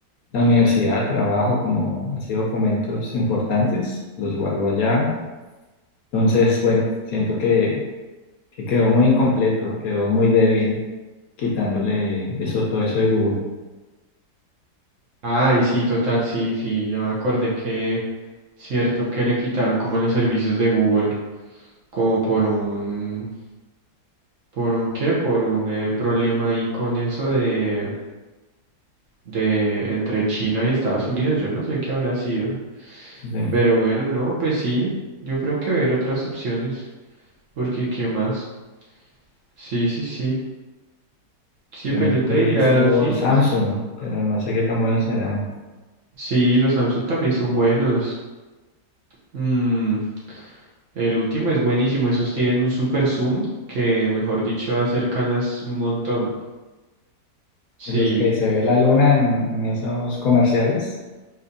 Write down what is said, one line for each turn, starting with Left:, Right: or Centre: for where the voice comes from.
Left: la universidad, trabajo como así documentos importantes, los guardo allá, entonces, bueno, siento que que quedó muy incompleto, quedó muy débil quitándole eso, todo eso de Google.
Right: Ay, sí, total, sí, sí. Ya me acordé que, cierto, que le quitaron como los servicios de Google, como por un, ¿por un qué? Por un eh, problema ahí con eso de... de entre China y Estados Unidos. Yo no sé qué habrá sido.
Left: Sí.
Right: Pero bueno, no, pues sí, yo creo que ver otras opciones, porque ¿qué más? Sí, sí, sí. Sí,
Left: Por
Right: pues
Left: ejemplo,
Right: yo te diría,
Left: he visto
Right: sí,
Left: Samsung,
Right: pues
Left: pero no sé qué tan buenos serán.
Right: sí, los Samsung también son buenos. Mm, el último es buenísimo, esos tienen un super zoom que, mejor dicho, acercanas un montón. Sí.
Left: De los que se ve la luna en, en esos comerciales.